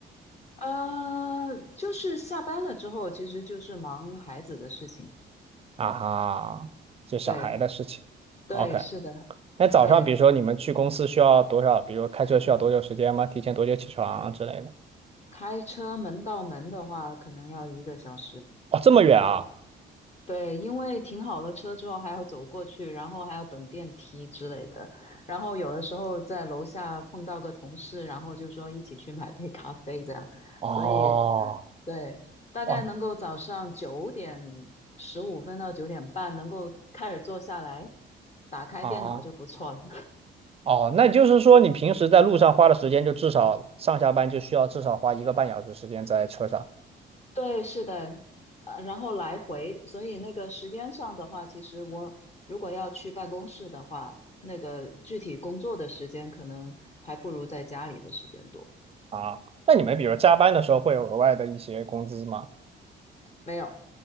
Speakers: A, on the left; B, on the right.
A: 呃，就是下班了之后，其实就是忙孩子的事情。
B: 啊哈，就小孩的事情。
A: 对对，
B: OK，
A: 是的，
B: 那早上比如说你们去公司需要多少？
A: 对。
B: 比如说开车需要多久时间吗？提前多久起床啊之类的？
A: 开车门到门的话，可能要一个小时。
B: 哦，这么远啊！
A: 对，因为停好了车之后还要走过去，然后还要等电梯之类的。然后有的时候在楼下碰到个同事，然后就说一起去买杯咖啡这样。
B: 哦，
A: 所以对，大概能够早上九点十五分到九点半能够开始坐下来，
B: 哇，
A: 打开电脑就不错了。
B: 哦，哦，那就是说你平时在路上花的时间，就至少上下班就需要至少花一个半小时时间在车上
A: 对，是的，呃，然后来回，所以那个时间上的话，其实我如果要去办公室的话，那个具体工作的时间可能还不如在家里的时间多。
B: 啊。那你们比如加班的时候会有额外的一些工资吗？
A: 没有，